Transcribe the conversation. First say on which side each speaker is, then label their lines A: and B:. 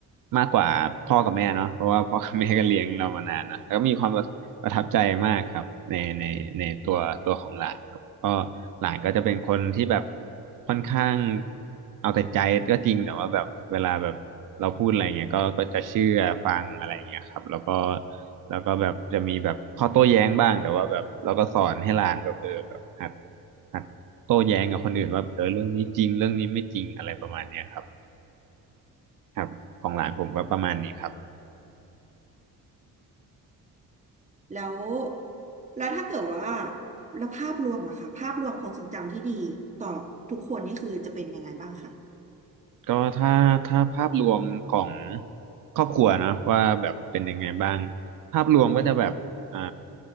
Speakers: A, on the right (about 60°); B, on the right (about 20°).
A: มากกว่าพ่อกับแม่เนาะเพราะว่าพ่อกับแม่ก็เลี้ยงเรามานานนะแล้วก็มีความประประทับใจมากครับในในในตัวตัวของหลานครับก็หลานก็จะเป็นคนที่แบบค่อนข้างเอาแต่ใจก็จริงแต่ว่าแบบเวลาแบบเราพูดอะไรเงี้ยก็ก็จะเชื่อฟังอะไรเงี้ยครับแล้วก็แล้วก็แบบจะมีแบบข้อโต้แย้งบ้างแต่ว่าแบบเราก็สอนให้หลานแบบเออแบบหัดหัด โต้แย้งกับคนอื่นว่าเออเรื่องนี้จริงเรื่องนี้ไม่จริงอะไรประมาณเนี้ยครับครับของหลานผมก็ประมาณนี้ครับ
B: แล้วแล้วถ้าเกิดว่าแล้วภาพรวมอะค่ะภาพรวมของทรงจำที่ดีต่อทุกคนนี่คือจะเป็นยังไงบ้างคะ
A: ก็ถ้าถ้าภาพรวมของครอบครัวเนอะว่าแบบเป็นยังไงบ้างภาพรวมก็จะแบบอ่า